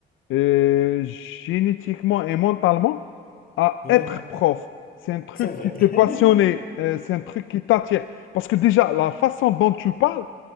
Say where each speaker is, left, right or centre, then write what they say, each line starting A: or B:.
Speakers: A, on the left; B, on the left.
A: euh, génétiquement et mentalement à
B: Ouais,
A: être prof. C'est un truc
B: c'est vrai.
A: qui te passionnait,
B: <laughs>
A: euh, c'est un truc qui t'attire. Parce que déjà, la façon dont tu parles,